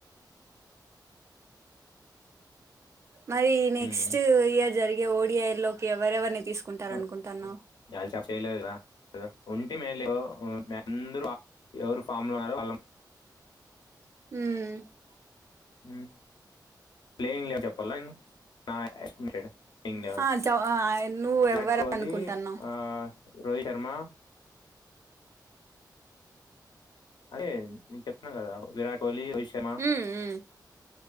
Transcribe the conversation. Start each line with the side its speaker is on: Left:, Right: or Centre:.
Right: మరి నెక్స్ట్
Left: ఉమ్.
Right: ఇయర్ జరిగే ఓడిఐ లోకి ఎవరెవరిని తీసుకుంటారు
Left: <unintelligible>
Right: అనుకుంటున్నావ్
Left: ఫిఫ్టీన్ మే లో అందరు ఎవరు ఫామ్ లో ఉన్నారో
Right: ఊమ్
Left: ఉ ప్లేయింగ్ లే చెప్పాలా నేను నా ఎస్టిమేటెడ్ ఇంగ్
Right: ఆ చ నువ్వు
Left: విరాట్
Right: ఎవ్వరు
Left: కోహ్లీ
Right: అనుకుంటున్నావ్
Left: ఆ రోహిత్ శర్మా అదే నేను చెప్తున్నా కదా విరాట్ కోహ్లీ, రోహిత్ శర్మా
Right: మ్మ్ మ్మ్